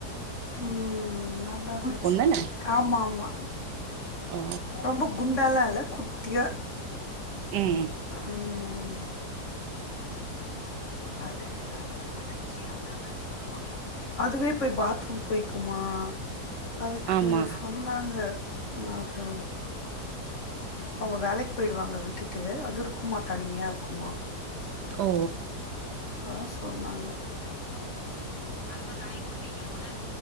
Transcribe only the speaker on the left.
உம் நல்லா இருந்துச்சு
ஆமா ஆமா
ரொம்ப குண்டாலாம் இல்ல குட்டியா
ம் அது அதோட வளர்ச்சி அவ்வளதான் சொல்லுவாங்க அதுவே போய் பாத்ரூம் போய் ஆமா அதுக்கு
சொன்னாங்க அது அவங்க வேலைக்கு போயிடுவாங்க விட்டுட்டு அது இருக்குமா தனியா இருக்குமா
அதான் சொன்னாங்க அந்த நாய்க்குட்டி கூட